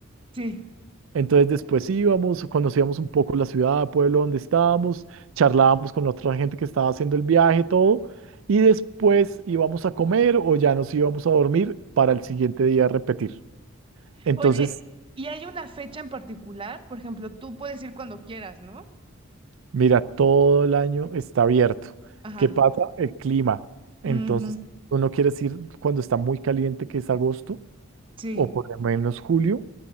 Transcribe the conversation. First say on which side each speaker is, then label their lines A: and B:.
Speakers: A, on the right; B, on the right.
A: <laughs> sí.
B: Entonces después íbamos, conocíamos un poco la ciudad, pueblo donde estábamos, charlábamos con la otra gente que estaba haciendo el viaje, todo, y después íbamos a comer o ya nos íbamos a dormir para el siguiente día repetir. Entonces,
A: Oye, ¿y hay una fecha en particular? Por ejemplo, tú puedes ir cuando quieras, ¿no?
B: mira, todo el año está abierto.
A: Ajá,
B: ¿Qué pasa? El clima. Entonces,
A: ujú,
B: tú no quieres ir cuando está muy caliente, que es agosto
A: sí,
B: o por lo menos julio.